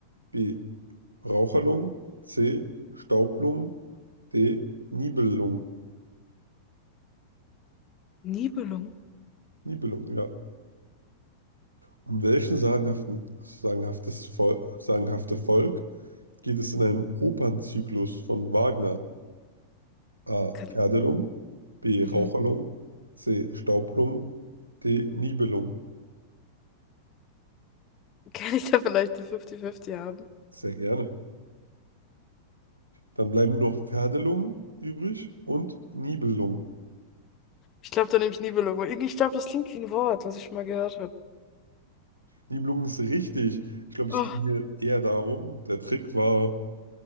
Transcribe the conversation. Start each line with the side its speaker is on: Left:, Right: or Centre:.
Right: B. Raucherlungen, C. Staublungen, D. Nibelungen.
Left: Nibelung?
Right: Nibelungen, ja. Um welchen sagenhaften, sagenhaftes Vol sagenhafte Volk geht es in einem Opernzyklus von Wagner? A.
Left: Kann,
Right: Pferdelung, B.
Left: mhm.
Right: Raucherlung, C. Staublung, D. Nibelung.
Left: Kann ich da vielleicht eine 50-50 haben?
Right: Sehr gerne. Dann bleiben nur noch Pferdelung übrig und Nibelung.
Left: Ich glaube, da nehme ich Nibelung. irgendwie- Ich glaube, das klingt wie ein Wort, was ich schon mal gehört habe.
Right: Nibelung ist richtig. Ich glaube, es
Left: Oh,
Right: ging hier eher darum, der Trick war,